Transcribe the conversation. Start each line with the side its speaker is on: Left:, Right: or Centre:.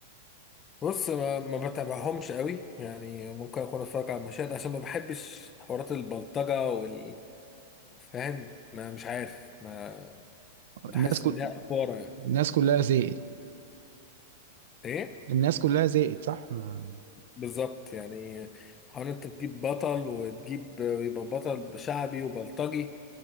Left: بص ما ما بتابعهمش قوي يعني ممكن اكون اتفرج على المشاهد عشان ما بحبش حوارات البلطجة وال فاهم ما مش عارف ما بحس
Right: الناس كل
Left: ان هي افوره يعني
Right: الناس كلها زهقت
Left: ايه
Right: الناس كلها زهقت صح ما
Left: بالظبط يعني حوار انت تجيب بطل وتجيب يبقى بطل شعبي وبلطجي